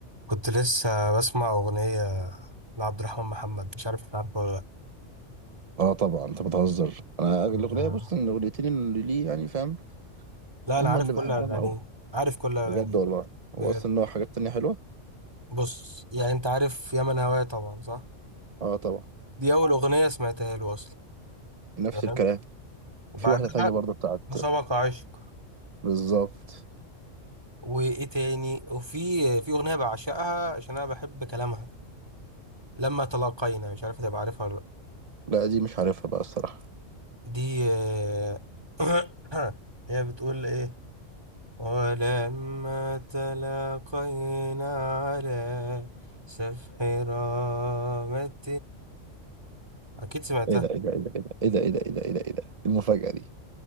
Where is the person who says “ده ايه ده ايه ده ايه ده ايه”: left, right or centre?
Right